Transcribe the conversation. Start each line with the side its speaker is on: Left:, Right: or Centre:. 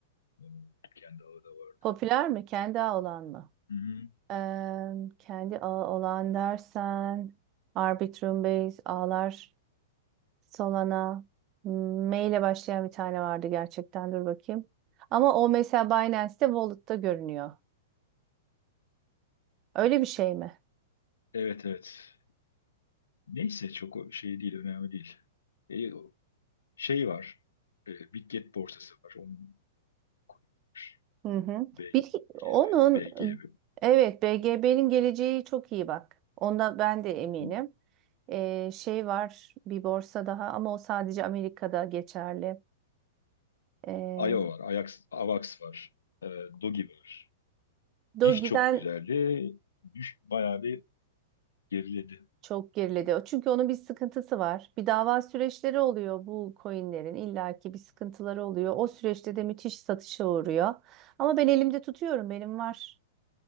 Left: Onun kendi ağı da vardı.
Right: Popüler mi? Kendi ağı olan mı?
Left: Hı-hı.
Right: Eee, kendi ağı olan dersen Arbitrum Base ağlar. Solana. hmm, M ile başlayan bir tane vardı gerçekten. Dur bakayım. Ama o mesela Binance'te Wallet'ta görünüyor. Öyle bir şey mi?
Left: Evet evet. Neyse çok o şey değil. Önemli değil. Ee, o- şey var. Ee, Bitget borsası var. Onun coin'i var.
Right: Hı hı.
Left: BGB.
Right: Bir, onun
Left: BGB.
Right: evet BGB'nin geleceği çok iyi bak. Onda ben de
Left: Hı-hı.
Right: eminim. Ee, şey var bir borsa daha ama o sadece Amerika'da geçerli. Ee,
Left: IO var. Ajax, AVAX var. Ee, Dogi var.
Right: Doge'den
Left: BIF çok güzeldi. Düş, bayağı bir geriledi.
Right: Çok geriledi. O- Çünkü onun bir sıkıntısı var. Bir dava süreçleri oluyor bu coinlerin. illaki bir sıkıntıları oluyor. O süreçte de müthiş satışa uğruyor. Ama ben elimde tutuyorum. Benim var.